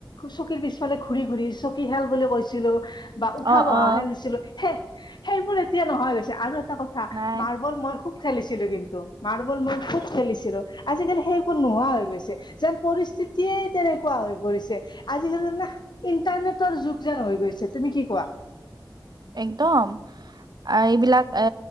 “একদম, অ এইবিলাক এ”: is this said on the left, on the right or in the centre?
Right